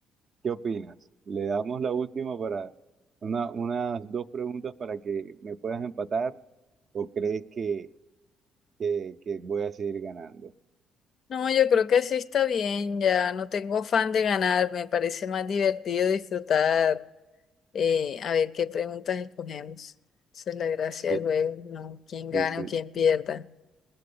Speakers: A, on the right; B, on the left.
A: ¿Qué opinas? Le damos la última para una, unas dos preguntas para que me puedas empatar o crees que, que, que voy a seguir ganando.
B: No, yo creo que sí está bien, ya no tengo afán de ganar, me parece más divertido disfrutar, eh, a ver qué preguntas escogemos. Esa es la gracia
A: Sí,
B: del juego, ¿no? Quién gane
A: sí, sí, sí,
B: o quién pierda.